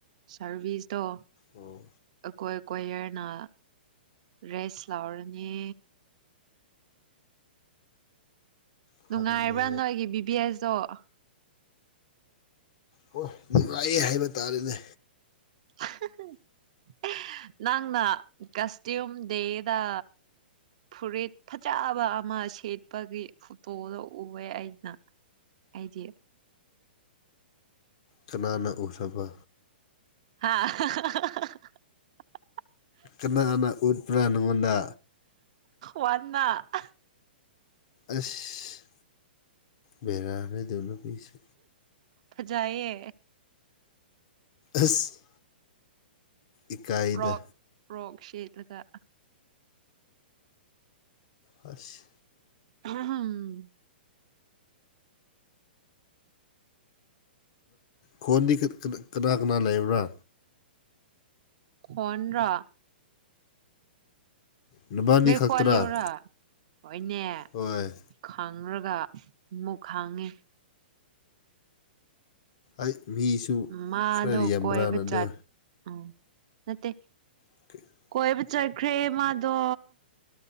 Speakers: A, on the right; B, on the left.
A: ꯁꯔꯚꯤꯁꯇꯣ
B: ꯑꯣ
A: ꯀꯣꯏ ꯀꯣꯌꯔꯅ ꯔꯦꯁ ꯂꯥꯎꯔꯅꯤ
B: ꯐꯔꯦꯅꯦ
A: ꯅꯨꯡꯉꯥꯏꯕ꯭ꯔꯥ ꯅꯣꯏꯒꯤ ꯕꯤꯕꯤ ꯑꯦꯁꯇꯣ
B: ꯑꯣ ꯅꯨꯡꯉꯥꯏꯌꯦ ꯍꯥꯏꯕ ꯇꯥꯔꯦꯅꯦ
A: <unintelligible> ꯅꯪꯅ ꯀꯁ꯭ꯌꯨꯝ ꯗꯦꯗꯥ ꯐꯨꯔꯤꯠ ꯐꯖꯕ ꯑꯃ ꯁꯦꯠꯄꯒꯤ ꯐꯣꯇꯣꯗꯣ ꯎꯑꯦ ꯑꯩꯅ ꯑꯩꯗꯤ
B: ꯀꯅꯥꯅ ꯎꯁꯥꯕ
A: ꯍꯥꯥ <unintelligible> <inaudible>
B: ꯀꯅꯥꯅꯥ ꯎꯠꯄ꯭ꯔꯥ ꯅꯪꯉꯣꯟꯗ
A: ꯋꯥꯅ <unintelligible> <inaudible>
B: ꯑꯁ ꯕꯦꯔꯥꯅꯤ ꯑꯗꯨ ꯅꯨꯄꯤꯁꯨ
A: ꯐꯖꯩꯌꯦ
B: ꯑꯁ ꯏꯀꯥꯏꯗ
A: ꯐ꯭ꯔꯣꯛ ꯐ꯭ꯔꯣꯛ ꯁꯦꯠꯂꯒ <inaudible>
B: ꯍꯁ
A: <unintelligible>
B: ꯈꯣꯟꯗꯤ ꯀꯅꯥ ꯀꯅꯥ ꯂꯩꯕ꯭ꯔꯥ
A: ꯈꯣꯟꯔꯣ
B: ꯅꯕꯥꯅꯤ
A: ꯉꯩ
B: ꯈꯛꯇꯔꯥ
A: ꯀꯠꯂꯤꯎꯔ ꯍꯣꯏꯅꯦ
B: ꯍꯣꯏ
A: ꯈꯡꯔꯒ ꯑꯃꯨꯛ ꯈꯡꯉꯤ
B: ꯑꯩ ꯃꯤꯁꯨ
A: ꯃꯥꯗꯣ
B: ꯈꯔ ꯌꯥꯝꯕ꯭ꯔꯥꯅꯗ
A: ꯀꯣꯏꯕ ꯆꯠ ꯎꯝ ꯅꯠꯇꯦ
B: <unintelligible> <inaudible>
A: ꯀꯣꯏꯕ ꯆꯠꯈ꯭ꯔꯦ ꯃꯥꯗꯣ